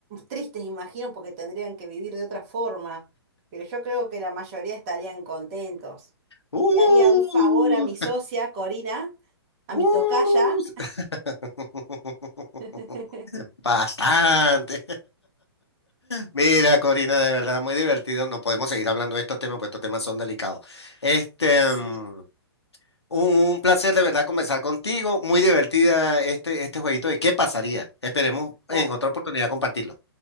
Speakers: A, on the right; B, on the left.
A: tristes, imagino, porque tendrían que vivir de otra forma. Pero yo creo que la mayoría estarían contentos.
B: Uh,
A: Le haría un favor a mi socia, Corina, a
B: uh,
A: mi tocaya.
B: <laughs>
A: <laughs>
B: bastante. Mira, Corina, de verdad, muy divertido. No podemos seguir hablando de estos temas, pues estos temas son delicados. Este,
A: Sí,
B: mm, un placer de verdad conversar contigo. Muy divertida este, este jueguito de qué pasaría. Esperemos
A: la,
B: en otra oportunidad compartirlo.